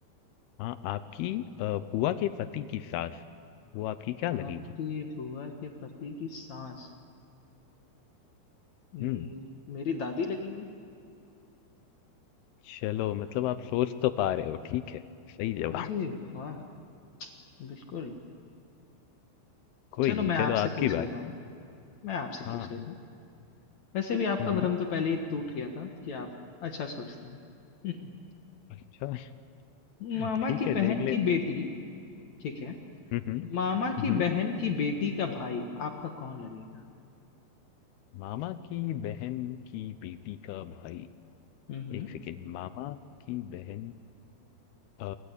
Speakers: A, on the left; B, on the left.
A: हाँ, आपकी अ, बुआ के पति की सास, वो आपकी क्या लगेगी?
B: आपकी बुआ के पति की सास उम,
A: हुँ,
B: मेरी दादी लगेंगी।
A: चलो मतलब आप सोच तो पा रहे हो, ठीक है, सही जवाब।
B: अरे वाह! बिल्कुल।
A: कोई
B: चलो
A: नहीं,
B: मैं आपसे
A: चलो आपकी
B: पूछ
A: बारी।
B: लेता हूँ मैं आपसे
A: हाँ,
B: पूछ लेता हूँ। वैसे भी आपका
A: हुँ, हुँ,
B: भ्रम तो पहले ही टूट गया था कि आप अच्छा सोचते हैं। <laughs> हुँ, हुँ।
A: अच्छा <laughs>
B: मामा
A: ठीक
B: की
A: है,
B: बहन
A: देख लेते
B: की बेटी ठीक है,
A: हुँ, हुँ,
B: मामा
A: हुँ,
B: की
A: हुँ।
B: बहन की बेटी का भाई आपका कौन लगेगा?
A: मामा की बहन की बेटी का भाई
B: हुँ, हुँ।
A: 1 सेकंड, मामा की बहन अ,